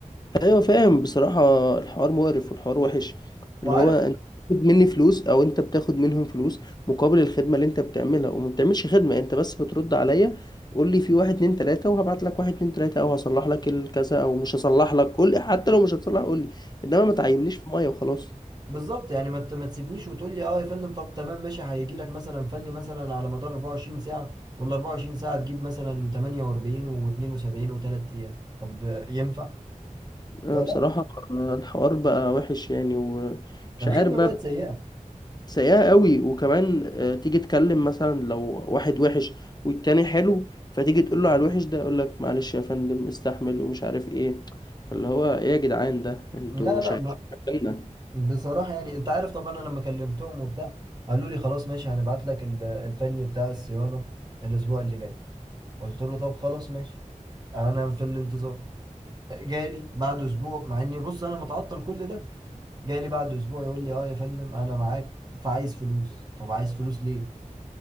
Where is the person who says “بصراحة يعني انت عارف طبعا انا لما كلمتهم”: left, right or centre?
Right